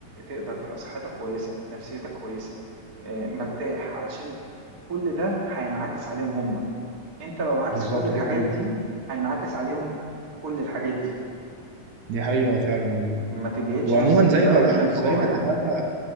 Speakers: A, on the right (about 35°); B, on the right (about 65°).
A: تقدر تبقى صحتك كويسة نفسيتك كويسة آه، مرتاح علشان كل ده هينعكس عليهم هم انت لو عكس
B: بالظبط
A: كل الحاجات
B: دي حقيقة
A: دي هينعكس عليهم كل الحاجات دي
B: دي حقيقة فعلا والله
A: ما تجهدش
B: وعموما
A: نفسك
B: زي
A: لدرجة
B: ما ب...
A: الانفجار
B: زي ما اتفقنا
A: يعني